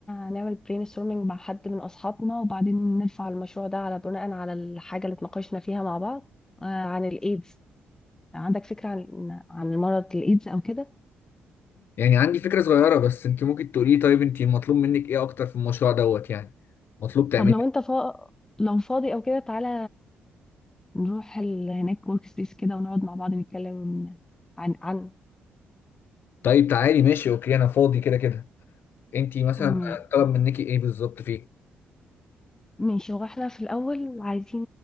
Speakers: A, on the left; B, on the left.
A: نعمل برين ستورمينج مع حد من اصحابنا وبعدين نرفع المشروع ده على بناء على الحاجة اللي اتناقشنا فيها مع بعض آه عن الايدز عندك فكرة عن عن مرض الايدز او كده
B: يعني عندي فكرة صغيرة بس انت ممكن تقولي طيب انت مطلوب منك ايه أكتر في المشروع دوت يعني؟ مطلوب تعملي
A: طب لو
B: إيه؟
A: انت فا... لو فاضي او كده تعالى نروح ال... هناك ورك سبيس كده ونقعد مع بعض نتكلم عن عن
B: طيب تعالي ماشي اوكي أنا فاضي كده كده انت مثلا
A: ماشي.
B: طلب منك ايه بالظبط فيه؟
A: ماشي هو احنا في الأول عايزين